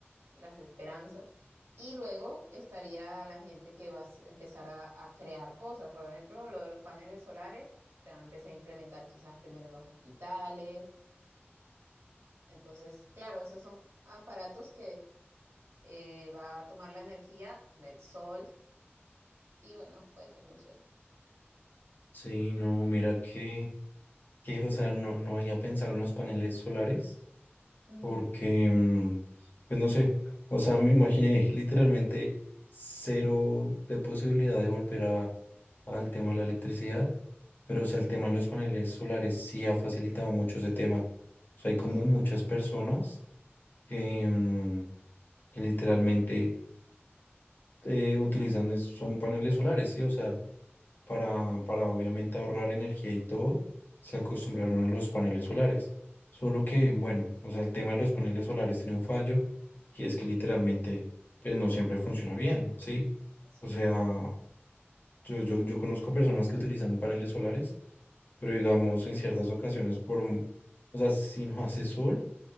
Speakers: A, on the right; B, on the left.
A: las esperanzas. Y luego estaría la gente que va a s- empezar a, a crear cosas. Por ejemplo, lo de los paneles solares, se van a empezar a implementar quizás primero en los hospitales. Entonces, claro, esos son aparatos que eh, va a tomar la energía del sol y bueno, puede que funcione.
B: Sí, no, mira que, que, o sea, no, no había pensado en los paneles solares,
A: Ujú,
B: porque, mm, pues no sé, o sea, me imaginé <laughs> literalmente cero de posibilidad de volver a, al tema de la electricidad, pero, o sea, el tema de los paneles solares sí ha facilitado mucho ese tema. O sea,
A: Sí,
B: hay como
A: sí.
B: muchas personas que, mm, que literalmente eh, utilizan es- son paneles solares, ¿sí? O sea, para, para obviamente ahorrar energía y todo, se
A: Ujú.
B: acostumbraron a los paneles solares. Solo que, bueno, o sea, el tema de los paneles solares tiene un fallo y es que literalmente, pues no siempre funciona bien, ¿sí?
A: O sea, sí.
B: O sea, yo, yo, yo conozco personas que utilizan paneles solares, pero digamos en ciertas ocasiones por, un- o sea, si no <laughs> hace sol,